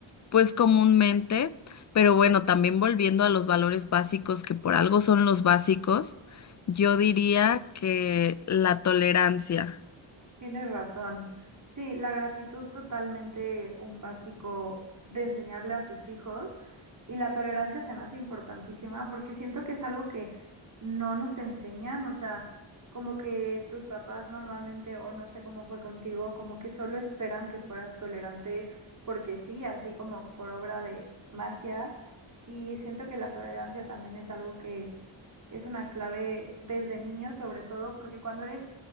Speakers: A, on the left (about 40°); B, on the right (about 35°).
A: pues comúnmente, pero bueno, también volviendo a los valores básicos, que por algo son los básicos, yo diría que la tolerancia.
B: Tienes razón. Sí, la gratitud totalmente un básico de enseñarle a tus hijos y la tolerancia se me hace importantísima porque siento que es algo que no nos enseñan, o sea, como que tus papás normalmente, o no sé cómo fue contigo, como que solo esperan que fueras tolerante porque sí, así como por obra de magia. Y siento que la tolerancia también es algo que es una clave desde niño, sobre todo porque cuando eres,